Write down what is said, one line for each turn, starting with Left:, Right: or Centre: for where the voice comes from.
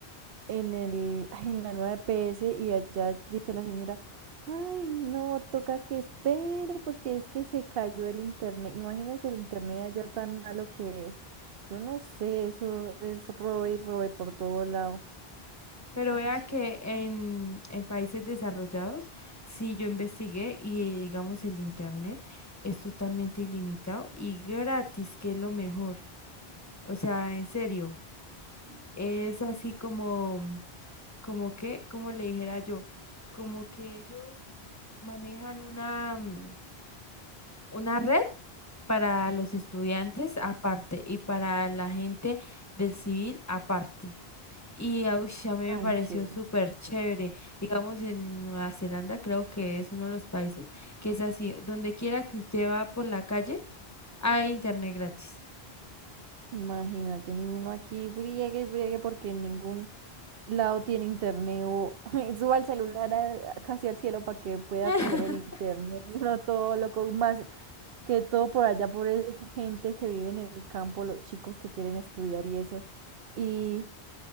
Right: en el, ay, en
Left: ay,
Right: la nueva
Left: la nueva
Right: EPS
Left: EPS,
Right: y allá
Left: y es,
Right: dice la señora, ay, no,
Left: no,
Right: toca
Left: toca
Right: que espere
Left: que espera,
Right: porque es que se cayó
Left: ayuda,
Right: el internet. Imagínense el internet allá tan malo que es. Yo no sé, eso es robe
Left: voy
Right: y robe
Left: con
Right: por
Left: el
Right: todo lado.
Left: Pero
Right: Ay,
Left: vea que en, en países desarrollados, sí yo investigué y digamos el internet es totalmente ilimitado y gratis, que es lo mejor. O sea, en serio, es así como, como que, como le dijera yo, como que ellos manejan una, mm, una red. para los estudiantes aparte y para la gente del civil aparte. Y ah, ush, a mí me
Right: tan
Left: pareció
Right: chévere.
Left: súper chévere. Digamos, en Nueva Zelanda creo que es uno de los países que es así. Donde quiera que usted va por la calle, hay internet gratis.
Right: Imagínate, y uno aquí briegue y briegue porque ningún lado tiene internet o <laughs> suba el celular a- casi al cielo para que pueda
Left: <laughs>
Right: coger el internet, <laughs> no todo loco, y más que todo por allá, por el- gente que vive en el campo, los chicos que quieren estudiar y eso, y